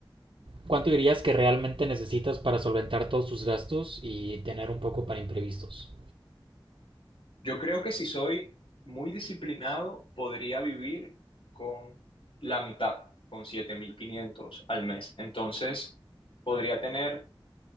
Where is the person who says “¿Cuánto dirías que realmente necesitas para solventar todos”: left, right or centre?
Right